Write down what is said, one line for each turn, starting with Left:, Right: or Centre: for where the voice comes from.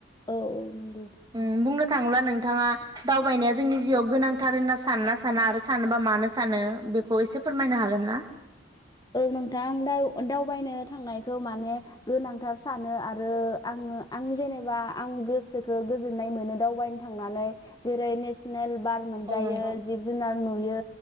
Left: औ औ नंगौ।
Right: उम बुंनो थाङोब्ला नोंथाङा दावबायनाया जोंनि जिउआव गोनांथार होनना साननोना साना आरो सानोबा मानो सानो बेखौ एसे फोरमायनो हागोन ना।
Left: औ नोंथां दावबायनो थांनायखौ माने गोनांथार सानो आरो आङो आं जेनेबा आं गोसोखौ गोजोननाय मोनो दावबायनो थांनानै जेरै नेसनेल बार मोनजायो
Right: औ नंगौ
Left: जिब जुनार नुयो